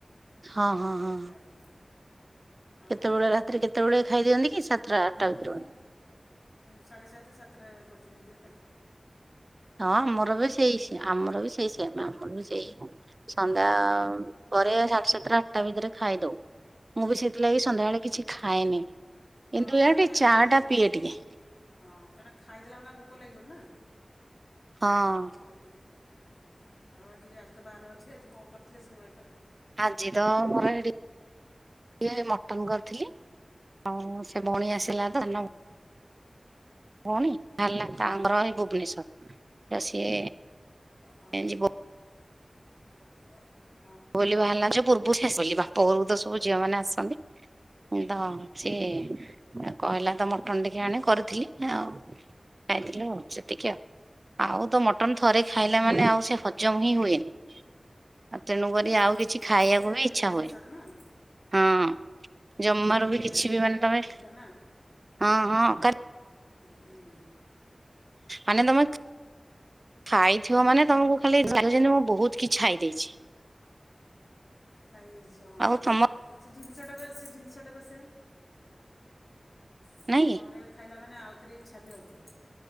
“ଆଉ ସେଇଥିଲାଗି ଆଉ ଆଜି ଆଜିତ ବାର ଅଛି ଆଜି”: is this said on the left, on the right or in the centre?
Left